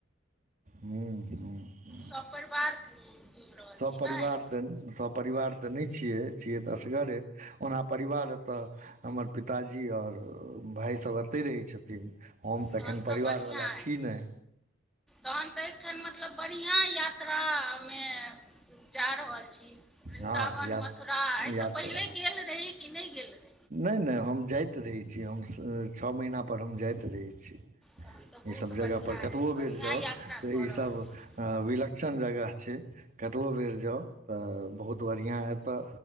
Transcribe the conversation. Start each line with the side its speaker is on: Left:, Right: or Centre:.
Right: ह ह
Centre: सभ परिवार घुमि रहल
Right: सभ
Centre: छी
Right: परिवार
Centre: ने
Right: द सब परिवार तऽ नहि छियै छियै तऽ असगरे। ओना परिवार एतय हमर पिताजी आओर भायसभ एतहि रहै छथिन। हम तऽ
Centre: तहन
Right: एखन परिवारवला
Centre: बढ़िआँ अइ
Right: छी नहि।
Centre: तहन तऽ एखन मतलब बढ़िया यात्रा मे जा रहल छी। वृन्दावन
Right: हँ या
Centre: मथुरा एहिसँ
Right: यात्रा
Centre: पहिले गेल रही कि नहि गेल रही।
Right: नहि नहि हम जाइत रहैत छी हम छओ महीनापर हम जाइत रहैत छी।
Centre: तहन तऽ बहुत
Right: इसभ जगहपर
Centre: बढ़िआँ
Right: कतबो
Centre: अइ बढ़िआँ
Right: बेर जाउ
Centre: यात्रा
Right: तऽ
Centre: कऽ
Right: इसभ
Centre: रहल छी
Right: विलक्षण जगह छै कतबो बेर जाउ तऽ। बहुत बढ़िआँ एतऽ